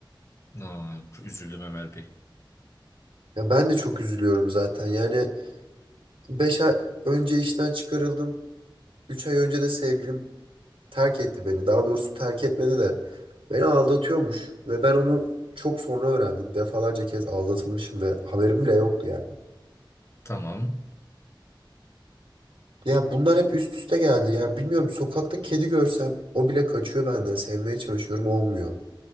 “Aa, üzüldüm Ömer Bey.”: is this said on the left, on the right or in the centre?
Left